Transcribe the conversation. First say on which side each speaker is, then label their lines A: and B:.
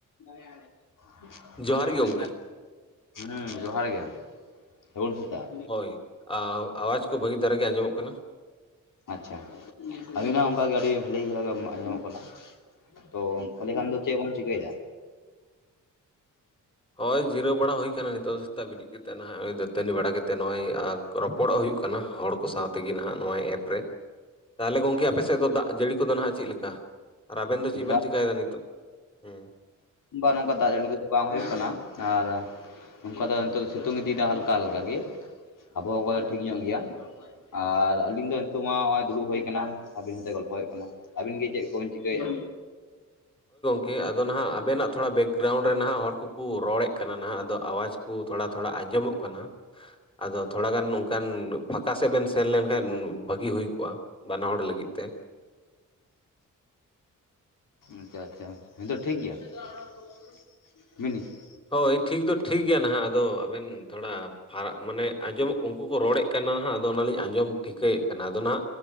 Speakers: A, on the left (about 80°); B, on the left (about 15°).
A: <inaudible>
B: ᱡᱚᱦᱟᱨ
A: ᱵᱷᱳᱭᱨᱳᱵ
B: ᱜᱮ ᱜᱚᱝᱠᱮ
A: ᱥᱛᱷᱟᱱ ᱦᱩᱸ ᱡᱚᱦᱟᱨ ᱜᱮ ᱥᱟᱹᱜᱩᱱ ᱥᱮᱛᱟᱜ
B: ᱦᱳᱭ ᱟᱣ ᱟᱣᱟᱡᱽ ᱠᱚ ᱵᱷᱟᱹᱜᱤ ᱫᱷᱟᱨᱟ ᱜᱮ ᱟᱸᱡᱚᱢᱚᱜ ᱠᱟᱱᱟ
A: ᱟᱪᱪᱷᱟ ᱟᱵᱤᱱᱟᱜ ᱚᱝᱠᱟᱜᱮ ᱟᱹᱰᱤ ᱵᱷᱟᱹᱞᱤ <unintelligible> ᱟᱸᱡᱚᱢᱚᱜ ᱠᱟᱱᱟ ᱛᱚ ᱛᱟᱦᱚᱞᱮ ᱠᱷᱟᱱ ᱫᱚ ᱪᱮᱫ ᱵᱚᱱ ᱪᱤᱠᱟᱹᱭᱫᱟ
B: ᱦᱳᱭ ᱡᱤᱨᱟᱹᱣ ᱵᱟᱲᱟ ᱦᱩᱭ ᱠᱟᱱᱟ ᱱᱤᱛᱚᱜ ᱫᱚ ᱥᱮᱛᱟᱜ ᱵᱤᱨᱤᱫ ᱠᱟᱛᱮᱫ ᱱᱟᱦᱟᱜ ᱱᱚ ᱫᱟᱹᱛᱟᱹᱱᱤ ᱵᱟᱲᱟ ᱠᱟᱛᱮᱫ ᱱᱚᱜᱼᱚᱭ ᱟ ᱨᱚᱯᱚᱲᱚᱜ ᱦᱩᱭᱩᱜ ᱠᱟᱱᱟ ᱦᱚᱲ ᱠᱚ ᱥᱟᱶ ᱛᱮᱜᱮ ᱱᱟᱦᱟᱜ ᱱᱚᱜᱚᱭ ᱮᱯ ᱨᱮ
A: <inaudible>
B: ᱛᱟᱦᱚᱞᱮ ᱜᱚᱝᱠᱮ ᱟᱯᱮ ᱥᱮᱫ ᱫᱚ ᱫᱟᱜ ᱡᱟᱹᱲᱤ ᱠᱚᱫᱚ ᱱᱟᱦᱟᱜ ᱪᱮᱫ ᱞᱮᱠᱟ ᱟᱨ ᱟᱵᱮᱱ ᱫᱚ ᱪᱮᱫ ᱵᱮᱱ
A: ᱫᱟᱜ
B: ᱪᱮᱠᱟᱭ ᱫᱟ ᱱᱤᱛᱚᱜ ᱦᱩᱸ
A: ᱵᱟ ᱱᱚᱝᱠᱟ ᱫᱟᱜ ᱡᱟᱹᱲᱤ ᱠᱚᱫᱚ ᱵᱟᱝ ᱦᱩᱭᱩᱜ ᱠᱟᱱᱟ ᱟᱨ ᱱᱚᱝᱠᱟ ᱫᱚ ᱱᱤᱛᱚᱜ ᱫᱚ ᱥᱤᱛᱩᱝ ᱤᱫᱤᱭᱮᱫᱟ ᱦᱟᱞᱠᱟ ᱦᱟᱞᱠᱟ ᱜᱮ ᱟᱵᱚᱦᱟᱣᱟ ᱠᱚ ᱫᱚ ᱴᱷᱤᱠ ᱧᱚᱜ ᱜᱮᱭᱟ ᱟᱨ ᱟᱞᱤᱧ ᱫᱚ ᱱᱤᱛᱳᱜ ᱢᱟ ᱦᱚᱸᱜᱼᱚᱭ ᱫᱩᱲᱩᱵ ᱦᱩᱭ ᱟᱵᱤᱱ ᱥᱟᱶᱛᱮ ᱜᱚᱞᱯᱚ ᱦᱩᱭᱩᱜ ᱠᱟᱱᱟ ᱟᱹᱵᱤᱱ ᱜᱮ ᱪᱮᱫ ᱠᱚᱵᱤᱱ ᱪᱤᱠᱟᱹᱭᱮᱜᱼᱟ
B: ᱠᱮ ᱟᱫᱚ ᱱᱟᱦᱟᱜ ᱟᱵᱮᱱᱟᱜ ᱛᱷᱚᱲᱟ ᱵᱮᱠᱜᱨᱟᱣᱩᱱᱰ ᱨᱮ ᱱᱟᱦᱟᱜ ᱦᱚᱲ ᱠᱚᱠᱚ ᱨᱚᱲᱮᱫ ᱠᱟᱱᱟ ᱱᱟᱦᱟᱜ ᱟᱫᱚ ᱟᱣᱟᱡᱽ ᱠᱚ ᱛᱷᱚᱲᱟ ᱛᱷᱚᱲᱟ ᱟᱸᱡᱚᱢᱚᱜ ᱠᱟᱱᱟ ᱟᱫᱚ ᱛᱷᱚᱲᱟ ᱜᱟᱱ ᱚᱱᱠᱟᱱ ᱯᱷᱟᱸᱠᱟ ᱥᱮᱫ ᱵᱮᱱ ᱥᱮᱱ ᱞᱮᱱᱠᱷᱟᱱ ᱵᱷᱟᱹᱜᱤ ᱦᱩᱭ ᱠᱚᱜᱼᱟ ᱵᱟᱱᱟ ᱦᱚᱲ ᱞᱟᱹᱜᱤᱫ ᱛᱮ
A: ᱟᱪᱪᱷᱟ ᱟᱪᱪᱷᱟ ᱦᱤᱛᱳᱜ ᱴᱷᱤᱠ ᱜᱮᱭᱟ <unintelligible>
B: ᱦᱳᱭ ᱴᱷᱤᱠ ᱫᱚ ᱴᱷᱤᱠ ᱜᱮᱭᱟ ᱱᱟᱦᱟᱜ ᱟᱫᱚ ᱟᱵᱮᱱ ᱛᱷᱚᱲᱟ ᱯᱷᱟᱨᱟᱜ ᱢᱟᱱᱮ ᱟᱸᱡᱚᱢᱚᱜ ᱩᱱᱠᱩ ᱠᱚ ᱨᱚᱲᱮᱫ ᱠᱟᱱᱟ ᱦᱟᱸᱜ ᱟᱫᱚ ᱚᱱᱟᱞᱤᱧ ᱟᱸᱡᱚᱢ ᱴᱷᱤᱠᱟᱹᱭᱮᱜ ᱠᱟᱱᱟ ᱟᱫᱚ ᱱᱟᱜ